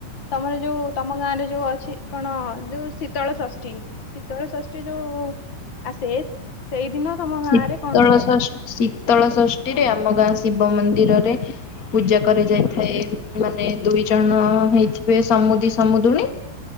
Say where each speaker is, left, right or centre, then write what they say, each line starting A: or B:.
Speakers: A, on the left (about 45°); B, on the left (about 80°).
A: ତମର ଯୋଉ ତମ ଗାଁରେ ଯୋଉ ଅ କଣ ଯୋଉ ଶୀତଳ ଷଷ୍ଠୀ ଶୀତଳ ଷଷ୍ଠୀ। ଯୋଉ ଆସେଷ ସେଇଦିନ ତମ ଗାଁ
B: ଶୀତଳ
A: ରେ କଣ କରାଯାଏ?
B: ଷଷ୍ଠୀ ଶୀତଳ ଷଷ୍ଠୀରେ ଆମ ଗାଁ ଶିବ ମନ୍ଦିର ମନ୍ଦିରରେ ପୂଜା କରାଯ ଯାଇଥାଏ ମାନେ ଦୁଇ ଜଣ ହେଇଥିବେ ସମୁଦି ସମୁଦୁଣି